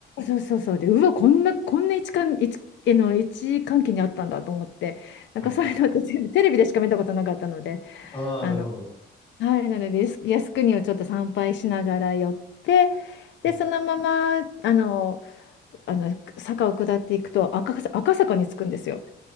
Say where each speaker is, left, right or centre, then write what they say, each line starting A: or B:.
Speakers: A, on the left; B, on the left.
A: そうそうそう。で、うわ、こんな、こんな位置関、位置、あの、位置関係にあったんだと思って、なんかそういうのって全部テレビでしか見たことなかったので。
B: はいはい。ああ、
A: あの
B: なるほど。
A: はい、なので、靖靖国をちょっと参拝しながら寄って、で、
B: ね
A: そのまま、あの、あの、坂を下っていくと赤坂、赤坂に着くんですよ。